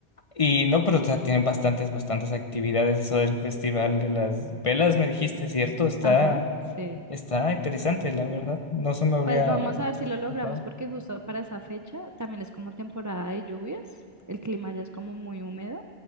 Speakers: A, on the left (about 35°); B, on the right (about 25°).
A: Y no, pero o sea, tienen bastantes, bastantes actividades. Eso del festival de las velas, me dijiste, ¿cierto? Está.
B: ajá, sí.
A: Está interesante, la verdad. No se me habría
B: Pues vamos a ver si lo logramos
A: pasado.
B: porque justo para esa fecha también es como temporada de lluvias, el clima ya es como muy húmedo.